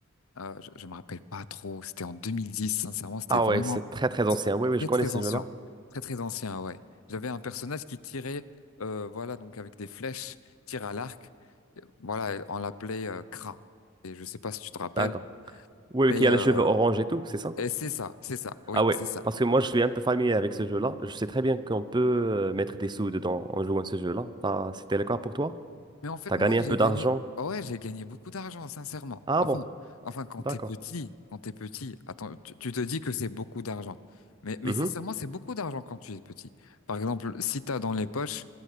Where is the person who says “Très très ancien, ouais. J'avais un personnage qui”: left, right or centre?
Left